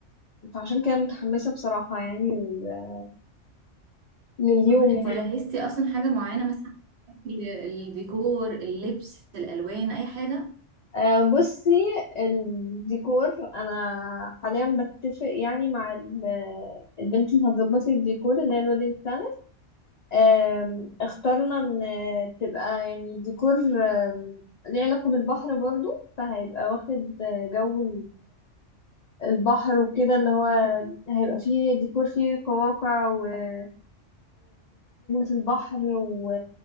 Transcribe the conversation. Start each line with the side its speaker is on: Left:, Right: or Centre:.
Left: فعشان كده متحمسة بصراحة يعني لل- لليوم
Right: طب انت
Left: يعني.
Right: جهزتي اصلا حاجة معينة مثلا ال- الديكور اللبس الالوان اي حاجة
Left: آه بصي الديكور انا حاليا بتفق يعني مع ال- البنت اللي هتظبط لي الديكور اللي هي الويدنج بلانر آم، اخترنا ان تبقى يعني ديكور آم، ليه علاقة بالبحر برضو فهيبقى واخد جو البحر وكده اللي هو هيبقى فيه ديكور فيه قواقع ونجمة البحر و...